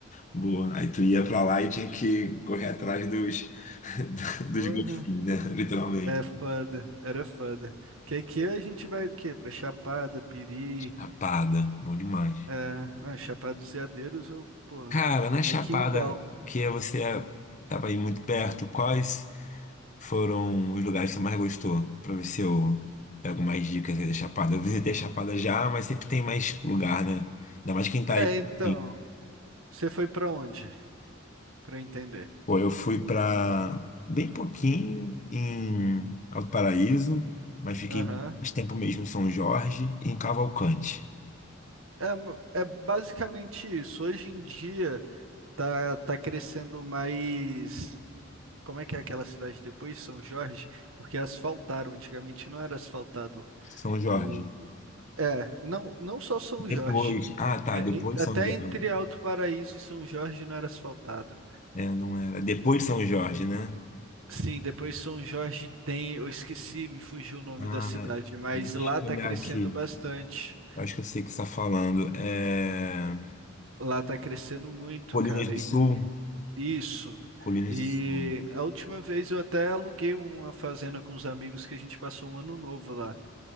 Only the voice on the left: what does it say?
boa. Aí tu ia pra lá e tinha que correr atrás dos, <laughs> dos
golfinhos, né? <laughs> Literalmente.
Chapada, bom demais.
Cara, na Chapada,
que você estava aí muito perto, quais foram os lugares que você mais gostou? Pra ver se eu pego mais dicas aí da Chapada. Eu visitei a Chapada já, mas sempre tem mais lugar, né? Ainda mais quem tá
aí.
assim.
Pô, eu fui pra bem pouquinho em Alto Paraíso, mas fiquei
mais tempo mesmo em São Jorge e em Cavalcante.
São Jorge.
Depois. Ah, tá.
Depois
de São Jorge.
É, não era. Depois de São Jorge, né?
Ah,
deixa
eu
olhar
aqui.
Eu Acho que eu sei o que você está falando. É...
Colinas
do Sul.
Colinas
do Sul.